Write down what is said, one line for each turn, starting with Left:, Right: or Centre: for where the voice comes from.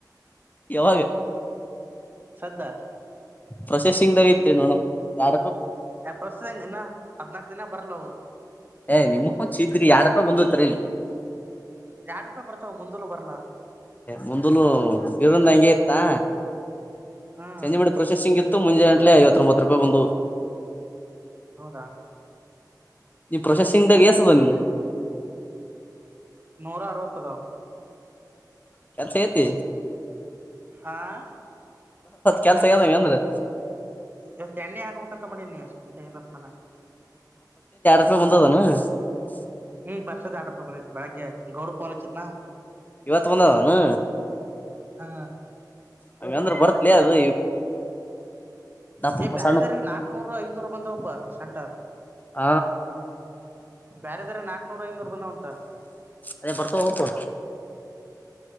Left: ಯಾವಾಗ
Right: ಸದ್ದ
Left: ಪ್ರೊಸೆಸಿಂಗ್್ದಾಗ ಐತೆ ನೋಡಮ ಯಾರ
Right: ಆ ಪ್ರೊಸೆಸಂಗ್ ಇನ್ನ ಹದ್ನಾಕ ದಿನ ಬರಲ್ಲವು.
Left: ಏ ನಿಮ್ ಹಂಚ ಇದ್ರಿ ಯಾರಪ್ಪ ಬಂದತರಿಲ್ಲಿ.
Right: ಎರಡ್ ರೂಪಾಯಿ ಬರ್ತಾವ ಮುಂದಲು ಬರ್ಲಾ
Left: ಮುಂದಲು ಬಿರಂದ ಹಂಗಗೆ ಇತ್ತಾ.
Right: ಹ್ಮ್
Left: ಸಂಜೆ ಬಿಟ್ಟ ಪ್ರೊಸೆಸಿಂಗ್ ಇತ್ತು. ಮುಂಜೆ ಗಂಟಲ ಐವತ್ತೊಂಬತ್ತು ರೂಪಾಯಿ ಬಂದು.
Right: ಹೌದಾ.
Left: ಈ ಪ್ರೊಸೆಸಿಂಗ್್ದಾಗ ಎಸದ ನೀನು.
Right: ನೂರ ಅರವತ್ತದ
Left: ಕೆಥ ೇತಿ
Right: ಆ.
Left: ಕೆಲ್ಸಗದಾವ ಅಂದ್ರೆ
Right: ಇವತ್ತು ಎಣ್ಣೆ ಆಕಗ್ಬೇಕಂತ ಮಾಡೀನಿ ಎಷ್ಟ ಏನ್ತಂನ.
Left: ಅ ಬಂದ ತಾನ. <unintelligible>
Right: ಹ್ಮ್, ಪರ್ಸದ ಎರಡ ರೂಪಾಯಿಬಂದದ ಬೆಳಗ್ಗೆ ಗೌಡ್ರು ಪೋನ್ತ್ ಹಚಿದನ.
Left: ಇವತ್ ಬಂದ ಅದನು.
Right: ಹಾ,
Left: ಹಾಗ ಅಂದ್ರೆ ಬರ್ತ್ಲೇ ಅದು. ದಪ್ಪ
Right: ಏ ಬ್ಯಾರೆ
Left: ಸಣ್ಣ
Right: ದಾರಿಗೆ ನಾಕ್ನೂರು, ಐನೂರು ಬಂದವಪ್ಪ ಶಂಟ.
Left: ಹ
Right: ಬರೆದಾರಗೆ ನಾಕ್ನೂರು, ಐನೂರು ಬಂದವ. ಹತ್ತ <inaudible>
Left: ಅದೇ ಬರ್ತವ ಹೋವೋಪ್ಪ.